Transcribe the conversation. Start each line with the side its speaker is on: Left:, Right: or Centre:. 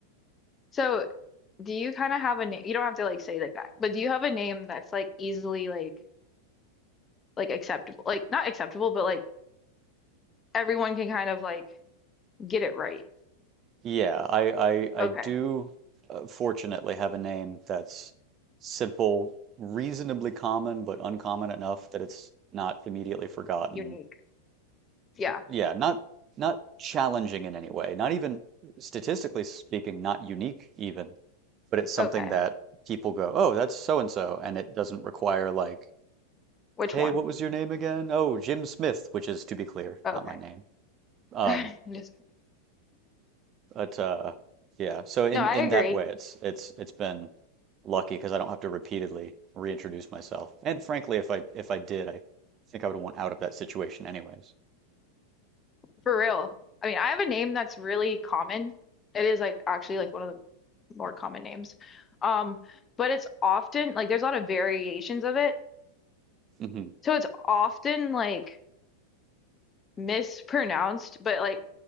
Left: so do you kind of have a name? You don't have to like say like that, but do you have a name that's like easily like like acceptable? Like not acceptable, but like everyone can kind of like get it right.
Right: Yeah, I, I, I
Left: Okay.
Right: do uh, fortunately have a name that's simple, reasonably common, but uncommon enough that it's not immediately forgotten.
Left: Unique. Yeah.
Right: yeah, not not challenging in any way, not even statistically speaking, not unique even, but it's something
Left: Okay.
Right: that people go, "Oh, that's so and so," and it doesn't require like,
Left: Which
Right: "Hey,
Left: one?
Right: what was your name again?" "Oh, Jim Smith," which is to be clear,
Left: Okay.
Right: not my name. Um,
Left: <laughs> Just
Right: but uh, yeah, so in
Left: No, I
Right: in
Left: agree.
Right: that way, it's it's it's been lucky because I don't have to repeatedly reintroduce myself. And frankly, if I if I did, I think I would want out of that situation anyways.
Left: For real. I mean, I have a name that's really common. It is like actually like one of the more common names. Um, but it's often like there's a lot of variations of it.
Right: hmm
Left: So it's often like mispronounced, but like